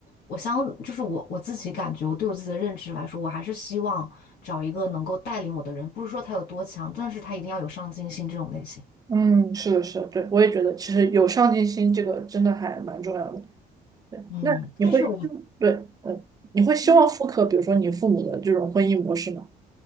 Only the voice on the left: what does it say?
我相就是我我自己感觉，我对我自己的认知来说，我还是希望找一个能够带领我的人，不是说他有多强，但是他一定要有上进心这种类型。
嗯，
但是我
嗯，